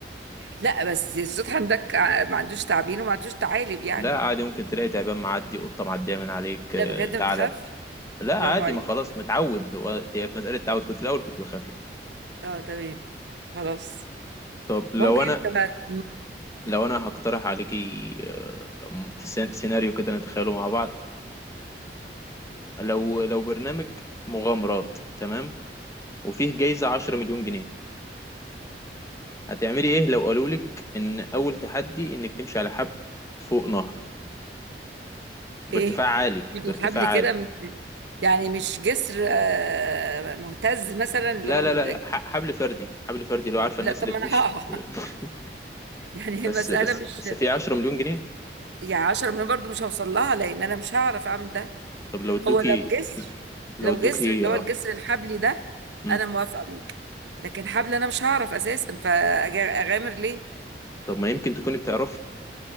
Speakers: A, on the right; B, on the left.
A: لا بس زي الصوت عندك ع- ما عندوش تعابين وما عندوش ثعالب يعني
B: لا عادي ممكن تلاقي تعبان معدي قطة معدية من عليك
A: لا
B: آه،
A: بجد ما
B: ثعلب
A: تخافش
B: لا
A: برافو
B: عادي
A: عليك
B: ما خلاص متعود هو هي في مسألة تعود كنت الأول كنت بخاف يعني
A: اه تمام خلاص
B: طب لو
A: ممكن
B: أنا
A: انت بقى
B: لو أنا هقترح عليكي آه، م- تس- سيناريو كده نتخيله مع بعض لو لو برنامج مغامرات تمام وفيه جايزة 10 مليون جنيه هتعملي إيه لو قالوا لك إن أول تحدي إنك تمشي على حبل فوق نهر بارتفاع
A: ايه
B: عالي
A: حبل
B: بارتفاع
A: حبل
B: عالي
A: كده من يعني مش جسر آه، مهتز مثلا اللي
B: لا
A: هو
B: لا
A: ال-
B: لا ح- حبل فردي حبل فردي لو عارفه
A: لا
B: الناس
A: طب
B: اللي
A: ما
B: بتمشي
A: انا هقع
B: <laughs>
A: <laughs> يعني هي
B: بس
A: المسألة
B: بس
A: مش
B: بس في 10 مليون جنيه
A: يعني 10 مليون برضو مش هوصل لها لان انا مش هعرف اعمل ده
B: طب لو ادوكي
A: هو لو جسر لو
B: لو ادوكي
A: جسر اللي هو
B: اه
A: الجسر الحبلي ده
B: مم.
A: انا موافقة ممكن لكن حبل انا مش هعرف اساسا فاغامر ليه
B: طب ما يمكن تكوني بتعرفي